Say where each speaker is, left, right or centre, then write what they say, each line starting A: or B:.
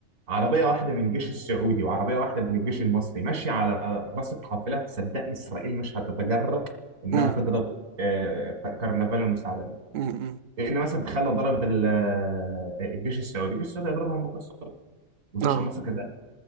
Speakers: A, on the right; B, on the right.
A: عربية واحدة من الجيش السعودي وعربية واحدة من الجيش المصري ماشية على رأس القافلة صدقني إسرائيل مش هتتجرأ إنها
B: مم.
A: تضرب آه، كرنفال المساعدات ده
B: مم.
A: لأن مثلا تخيل لو ضربت ال- آه، الجيش السعودي الجيش السعودي هيضربها من بكرة الصبح والجيش
B: آه
A: المصري كذلك